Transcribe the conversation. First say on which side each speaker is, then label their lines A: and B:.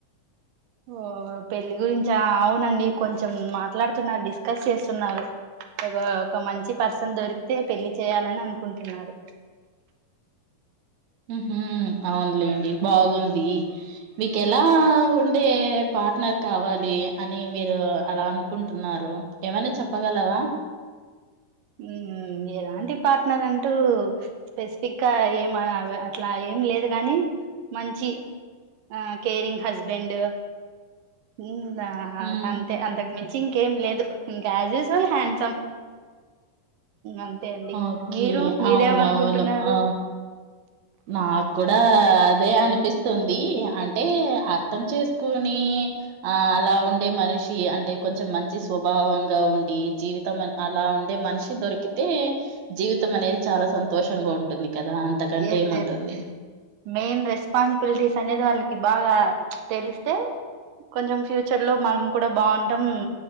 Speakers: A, on the right; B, on the right.
A: ఓ పెళ్లి గురించా అవునండి కొంచెం మాట్లాడుతున్నారు, డిస్కస్ చేస్తున్నారు. ఒక ఒక మంచి పర్సన్ దొరికితే పెళ్లి చేయాలని అనుకుంటున్నారు.
B: ఊహ్ అవునులేండి బాగుంది. మీకు ఎలా ఉండే పార్ట్నర్ కావాలి అని మీరు అలా అనుకుంటున్నారు ఏమైనా చెప్పగలవా.
A: హుమ్ ఎలాంటి పార్ట్నర్ అంటూ స్పెసిఫిక్ గా ఏం అ అట్లా ఏం లేదు కాని మంచి ఆ కేరింగ్ హస్బెండు హు ఆ
B: ఉమ్
A: అంతే అంతకు మించి ఇంకేం లేదు గ్యాజెస్ ఆల్ హ్యాండ్సమ్. అంతే అండి.
B: ఓకే
A: మీరు మీరేమనుకుంటున్నారు?
B: అవునవును ఆ నాకు కూడా అదే అనిపిస్తుంది అంటే అర్థం చేసుకొని ఆ అలా ఉండే మనిషి అంటే కొంచెం మంచి స్వభావంగా ఉండి జీవితం అలా ఉండే మనిషి దొరికితే జీవితం అనేది చాలా సంతోషంగా ఉంటుంది. కదా! అంతకంటే
A: ఎస్
B: ఏముంటుంది?
A: ఎస్ మెయిన్ రెస్పాన్సిబిలిటీస్ అనేది వాళ్ళకి బాగా తెలిస్తే కొంచెం ఫ్యూచర్ లో మనం కూడా బాగుంటాం ఉమ్